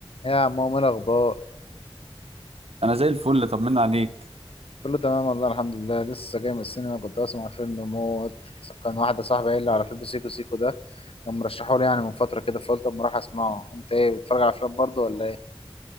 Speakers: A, on the left (about 70°); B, on the right (about 80°).
A: يا عم عمو، ايه الاخبار
B: انا زي الفل طمنا عليك
A: كله تمام والله الحمد لله لسه جاي من السينما كنت بسمع فيلم موت كان واحده صاحبي قايل لي على فيلم سيكو سيكو ده كان مرشحه لي يعني من فتره كده فقلت اما اروح اسمعه انت ايه بتتفرج على افلام برضه ولا ايه